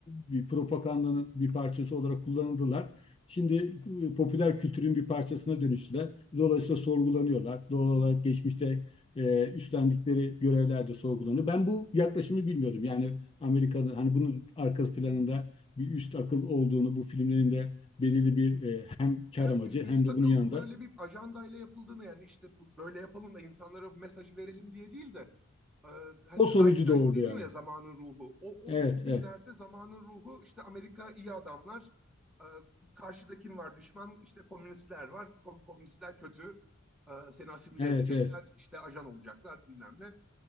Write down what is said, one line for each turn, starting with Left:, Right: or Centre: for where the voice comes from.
Left: bir propagandanın bir parçası olarak kullanıldılar. Şimdi e, popüler kültürün bir parçasına dönüştüler. Dolayısıyla sorgulanıyorlar. Doğal olarak geçmişte e, üstlendikleri görevler de sorgulanıyor. Ben bu yaklaşımı bilmiyordum. Yani Amerika'da hani bunun arka planında bir üst akıl olduğunu, bu filmlerin de belirli bir e, hem
Centre: Yani
Left: kar amacı
Centre: üst, üst
Left: hem de
Centre: akıl
Left: bunun yanında
Centre: bu böyle bir ajandayla yapıldığını yani işte böyle yapalım da insanlara bu mesajı verelim diye değil de e, hani
Left: o sonucu
Centre: Zeitgeist
Left: doğurdu
Centre: deniyor
Left: yani.
Centre: ya zamanın ruhu. O,
Left: Evet,
Centre: o, o günlerde
Left: evet,
Centre: zamanın ruhu işte Amerika iyi adamlar, e, karşıda kim var? Düşman işte komünistler var. Kom- komünistler kötü, e, seni asimile
Left: evet,
Centre: edecekler,
Left: evet.
Centre: işte ajan olacaklar bilmem ne.